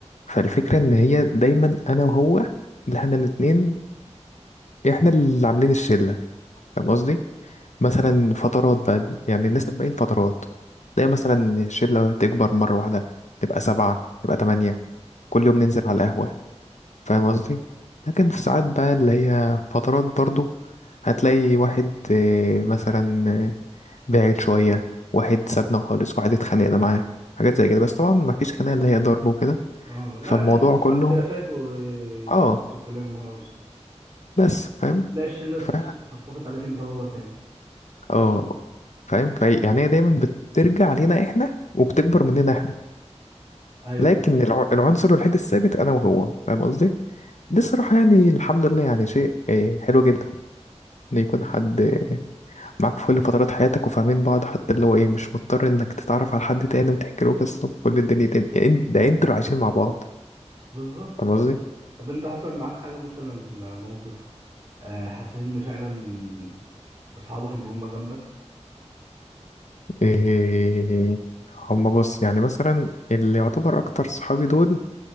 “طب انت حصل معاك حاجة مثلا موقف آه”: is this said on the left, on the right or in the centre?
Right